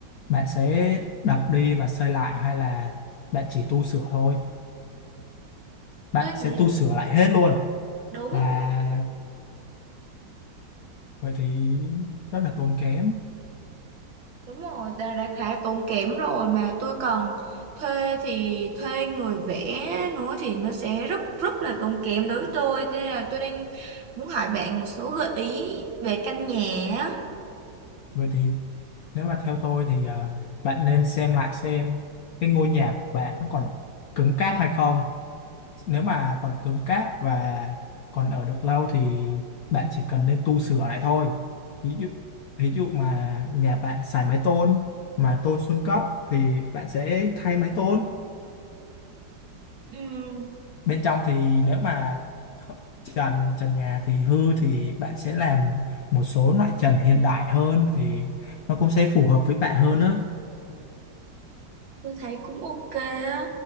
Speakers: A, on the left (about 75°); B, on the right (about 80°).
A: bạn sẽ đập đi và xây lại hay là bạn chỉ tu sửa thôi bạn
B: tôi
A: sẽ
B: nghĩ
A: tu sửa lại hết luôn
B: đúng
A: là vậy thì rất là tốn kém
B: Đúng rồi, ta đã khá tốn kém rồi mà tôi còn thuê thì thuê người vẽ nữa thì nó sẽ rất rất là tốn kém đối với tôi. Thế nên là tôi đang muốn hỏi bạn một số gợi ý về căn nhà á.
A: vậy thì nếu mà theo tôi thì ờ, bạn nên xem lại xem cái ngôi nhà của bạn nó còn cứng cáp hay không nếu mà còn cứng cáp và còn ở được lâu thì bạn chỉ cần nên tu sửa lại thôi ví dụ ví dụ mà nhà bạn xài mái tôn mà tôn xuống cấp thì bạn sẽ thay mái tôn
B: Ừm,
A: bên trong thì nếu mà trần trần nhà thì hư thì bạn sẽ làm một số loại trần hiện đại hơn thì nó cũng sẽ phù hợp với bạn hơn á
B: tôi thấy cũng ok á.